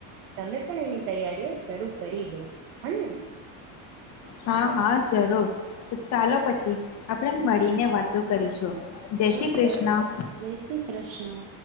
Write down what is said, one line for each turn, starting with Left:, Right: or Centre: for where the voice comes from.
Right: તમે પણ એની તૈયારીઓ શરૂ કરી દો, હ ને.
Left: હા હા જરૂર, તો ચાલો પછી આપણે મળીને વાતો કરીશું. જય
Right: ચોક્કસ,
Left: શ્રી કૃષ્ણ
Right: જય શ્રી કૃષ્ણ.